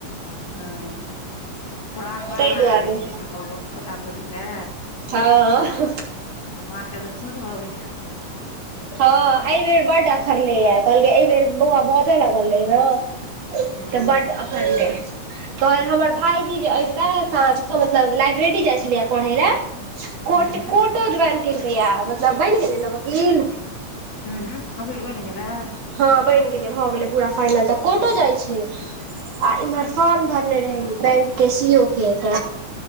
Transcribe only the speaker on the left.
हँ प्राण बड़
लागल
रहै छै ने ककरो पोता-पोती ले
माँ के तऽ सुन भऽ गेल हेत
हँ
हूँ हूँ
ह ह ओकिल बनि गेलै
हँ